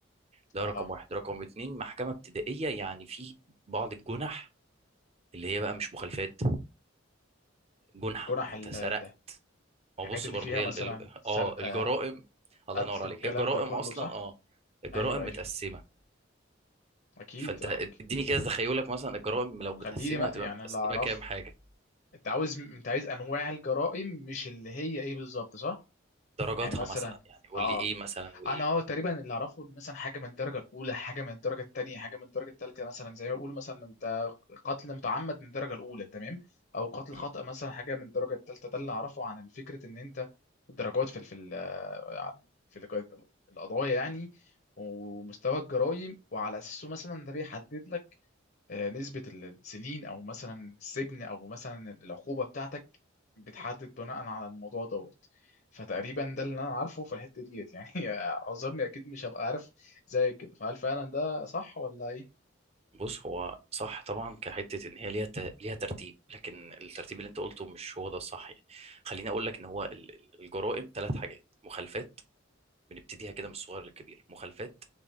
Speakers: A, on the right (about 30°); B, on the left (about 55°).
A: ده
B: اه
A: رقم واحد رقم اتنين محكمه ابتدائيه يعني في بعض الجنح اللي هي بقى مش مخالفات جنح
B: جنح
A: يعني
B: ال-
A: انت سرقت
B: ال- الحاجات
A: هو بص
B: اللي
A: برضه
B: فيها
A: هي
B: مثلا
A: ال... ال-
B: سرقه
A: اه الجرائم الله
B: قتل
A: ينور عليك
B: والكلام
A: هي الجرائم
B: ده كله
A: اصلا
B: صح
A: اه الجرائم
B: ايوه ايوه
A: متقسمه
B: اكيد
A: فانت
B: احكي
A: اديني كده تخيلك مثلا الجرائم لو متقسمه
B: خليني بقى
A: هتبقى
B: يعني
A: متقسمه
B: اللي اعرفه
A: كام حاجه
B: انت عاوز انت عايز انواع الجرائم مش اللي هي ايه بالظبط صح
A: درجاتها
B: يعني مثلا
A: مثلا يعني قول
B: اه
A: لي ايه مثلا وايه
B: انا اه تقريبا اللي اعرفه ان مثلا حاجه من الدرجه الاولى حاجه من الدرجه الثانيه حاجه من الدرجه الثالثه مثلا زي ما بيقولوا مثلا انت قتل متعمد من الدرجه الاولى تمام او قتل
A: مم.
B: خطأ مثلا حاجه من الدرجه الثالثه ده اللي اعرفه عن فكره ان انت الدرجات في ال- في ال- عن- في الق- القضايا يعني ومستوى الجرائم وعلى اساسه مثلا ده بيحدد لك آه، نسبة ال- السنين أو مثلا السجن أو مثلا العقوبة بتاعتك بتحدد بناء على الموضوع دوت فتقريبا ده اللي أنا عارفه في الحتة ديت يعني <laughs> أعذرني أكيد مش هبقى عارف زي كده فهل فعلا ده صح ولا إيه؟
A: بص هو صح طبعا كحته ان هي ليها ت... ليها ترتيب لكن الترتيب
B: ماشي
A: اللي انت قلته مش هو ده الصح يعني خليني اقول لك ان هو ال... ال- الجرائم ثلاث حاجات مخالفات بنبتديها كده من الصغير للكبير مخالفات